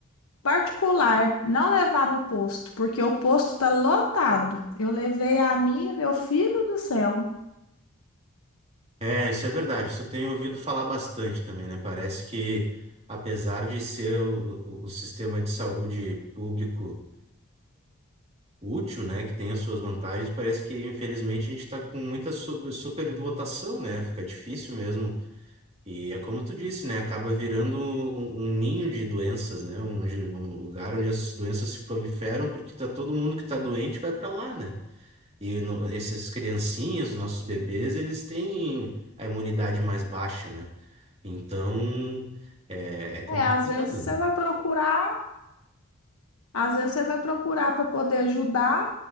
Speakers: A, on the left; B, on the right.
A: particular, não levar no posto, porque o posto está lotado. Eu levei a minha, meu filho do céu.
B: É, isso é verdade. Isso eu tenho ouvido falar bastante também, né? Parece que, apesar de ser o, o o sistema de saúde público. útil, né, que tem as suas vantagens, parece que infelizmente a gente está com muita sub- superlotação, né? Fica difícil mesmo. E é como tu disse, né? Acaba virando um, um um ninho de doenças, né? Onde, um lugar onde as doenças se proliferam, porque tá todo mundo que tá doente vai para lá, né? E no, essas criancinhas, os nossos bebês, eles têm a imunidade mais baixa, né? Então é, é complicado,
A: É, às vezes você
B: né?
A: vai procurar Às vezes você vai procurar para poder ajudar,